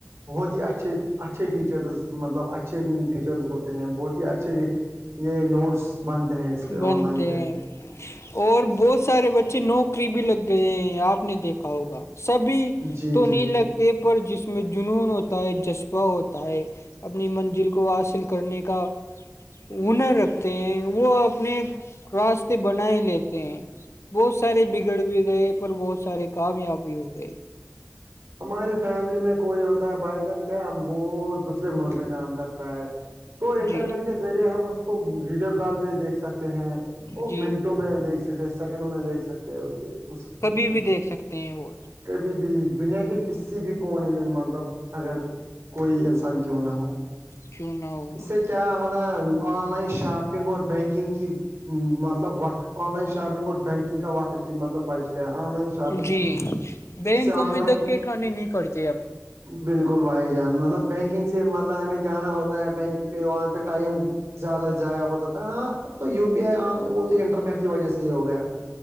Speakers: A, on the right; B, on the left.
A: بہت ہی اچھے اچھے ٹیچرز مطلب اچھ اچھے ٹیچرز ہوتے ہیں بہت ہی اچھے یہ نوٹس بنتے ہیں اس پہ
B: بنتے
A: آن لائن پہ
B: ہیں اور بہت سارے بچے نوکری بھی لگ گئے ہیں آپ نے دیکھا ہوگا سبھی
A: جی
B: تو
A: جی
B: نہیں لگتے پر جس میں جنون ہوتا ہے جذبہ ہوتا ہے اپنی منزل کو حاصل کرنے کا ہنر رکھ وہ اپنے راستے بنائی لیتے ہیں وہ سارے بگڑ بھی گئے پر بہت سارے کامیاب بھی ہو گئے
A: ہماری فیملی میں کوئی ہوتا ہے بائی چانس کیا وہ دوسرے ملک میں کام کرتا ہے تو انٹرنیٹ
B: جی
A: کے ذریعے ہم اس کو ویڈیو کال پہ دیکھ سکتے ہیں وہ
B: جی
A: منٹوں میں دیکھ سکتے ہیں سیکنڈ میں دیکھ سکتے ہیں اس کے اس
B: کبھی
A: اس کو
B: بھی دیکھ سکتے ہیں وہ
A: کبھی بھی دنیا کے کہ کسی بھی کونے میں مطلب اگر کوئی انسان کیوں نہ ہو
B: کیوں نہ ہو
A: اس سے کیا ہوناا آن لائن شاپنگ اور بینکنگ کی مطلب وقت آن لائن شاپنگ اور بینکنگ کا وقت بھی مطلب بچے گ آن لائن شاپنگ
B: جی بینک
A: اس سے آن
B: میں
A: لائن
B: دھکے کھانے نہیں پڑتے اب
A: بالکل بھائی جان مطلب بینکنگ سے مطلب ہمیں جانا ہوتا ہے بینکنگ پہ وہاں پہ ٹائم ج زیادہ ضائع ہوتا تھا ہاں اب تو یو پی آئی وہ تو انٹرنیٹ کی وجہ سے ہی ہو گیا